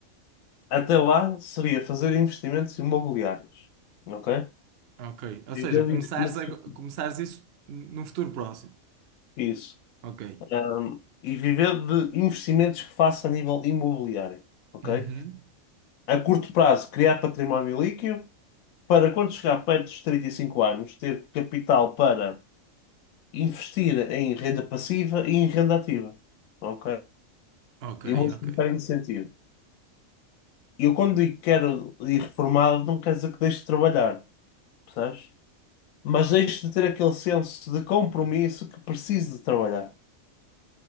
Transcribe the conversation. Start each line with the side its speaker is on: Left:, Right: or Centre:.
Left: até lá seria fazer investimentos imobiliários, ok?
Right: Ok. Ou
Left: Viver
Right: seja, começares,
Left: de investimentos.
Right: a- começares isso num futuro próximo.
Left: Isso.
Right: Ok.
Left: Ahm, e viver de investimentos que faça a nível imobiliário, ok?
Right: Uhum.
Left: A curto prazo, criar património líquido para quando chegar perto dos 35 anos, ter capital para investir em renda passiva e em renda ativa. Ok?
Right: Ok,
Left: Eu vou explicar
Right: ok.
Left: em que sentido. Eu, quando digo que quero ir reformado, não quer dizer que deixe de trabalhar, percebes? Mas deixe de ter aquele senso de compromisso que preciso de trabalhar.